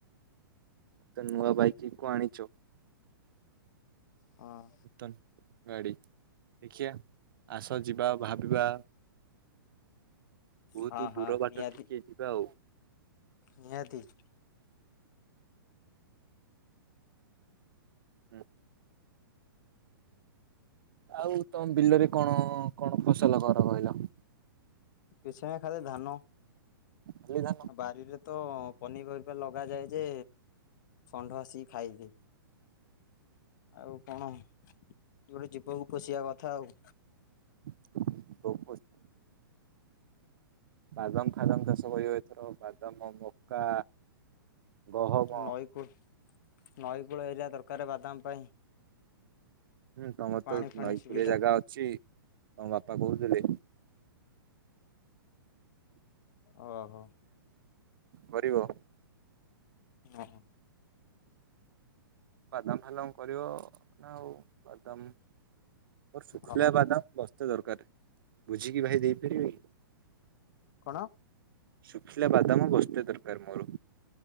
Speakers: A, on the right (about 65°); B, on the left (about 50°).
A: ତ ନୂଆ ବାଇକ କଣ ଆଣିଛ।
B: ହଁ।
A: ନୂତନ ଗାଡି ଦେଖିିବା ଆସ ଯିବା ଭାବିବା। ବହୁତ
B: ହଁ
A: ଦୂର
B: ହଁ
A: ବାଟ
B: ନିହାତିି
A: ଟିକେ ଯିବା ଆଉ।
B: ନିହାତିି।
A: ହୁଁ। ଆଉ ତମ ବିଲରେ କଣ କଣ ଫସଲ କର କହିଲ?
B: କିଛି ନା ଧାନ
A: ଖାଲି ଧାନ?
B: ବାରିରେ ତ ପନିପରିବା ଲଗାଯାଏ ଯେ ଷଣ୍ଢ ଆସି ଖାଇଦିଏ। ଆଉ କଣ? ଗୋଟେ ଜୀବକୁ ପୋଷିବା କଥା ଆଉ।
A: <unintelligible> ବାଦମ ଫାଦମ ଚାଷ ହୋଇିବ ଏଥର ବାଦମ ଆଉ ମକା। ଗହମ।
B: ନଈ କୂଳ ନଈ କୂଳ ଏରିଆ ଦରକାର ବାଦାମ ପାଇଁ
A: ହୁଁ ତମର ତ
B: ପାଣି ଫାଣି
A: ନଈ
B: ସୁବିଧା
A: କୁଳିଆ ଜାଗା ଅଛି ତମ ବା ବାପା କଉଥିଲେ।
B: ଓହୋ।
A: କରିବ।
B: <unintelligible>
A: ବାଦାମ ଫାଦାମ୍ କରିବ ନା ଆଉ ବାଦାମ ସୁୁଖିଲା
B: ଓହୋ
A: ବାଦାମ ଦରକାର ବୁଝିକି ଭାଇ ଦେଇପାରିବେ।
B: କଣ?
A: ଶୁଖିଲା ବାଦାମ ବସ୍ତେ ଦରକାର ମୋର।